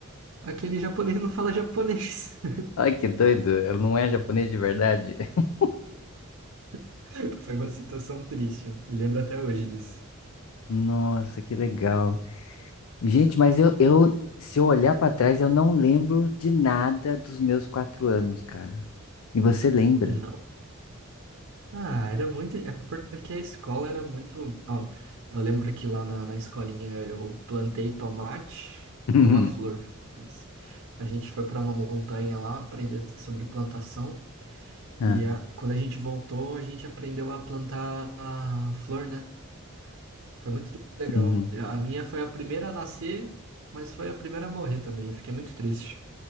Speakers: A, on the right (about 70°); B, on the left (about 75°).
A: aquele japonês não fala japonês.
B: Ai, que doido. Ele não é japonês de verdade. <laughs>
A: <laughs> Foi uma situação triste, me lembro até hoje disso.
B: Nossa, que legal. Gente, mas eu, eu se eu olhar pra trás, eu não lembro de nada dos meus quatro anos, cara. E você lembra?
A: Não. Ah, era muito. É porque a escola era muito. Ó, eu lembro que lá na, na escolinha eu plantei tomate
B: <laughs>
A: e uma flor. Isso. A gente foi pra uma montanha lá aprender sobre plantação. E
B: Ah,
A: a- quando a gente voltou, a gente aprendeu a plantar a flor, né? Foi muito legal.
B: uhum.
A: A minha foi a primeira a nascer, mas foi a primeira a morrer também. Eu fiquei muito triste.